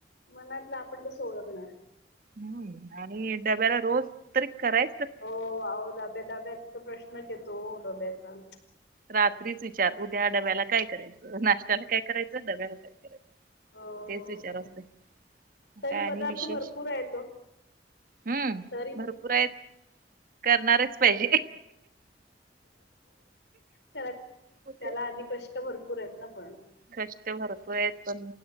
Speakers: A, on the left; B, on the right.
A: मनातलं आपण कसं ओळखणार?
B: हम्म आणि डब्याला रोज तरी कराय
A: हो आहो डब्या-डब्याचा तर प्रश्नच येतो डब्याचा.
B: रात्रीच विचार उद्या डब्याला काय करायचं? नाशत्याला काय करायचं? डब्याला काय करायचं?
A: हो हो
B: तेच विचार
A: हो
B: असते.
A: तरी
B: काय आणि
A: पदार्थ
B: विशेष?
A: भरपूर आहे तो
B: हम्म.
A: तरी
B: भरपूर आएत. करणारेच पाहिजे.
A: त्याला-त्याला
B: ओके.
A: आधी कष्ट भरपूर एत ना पण.
B: कष्ट भरपूर आएत पण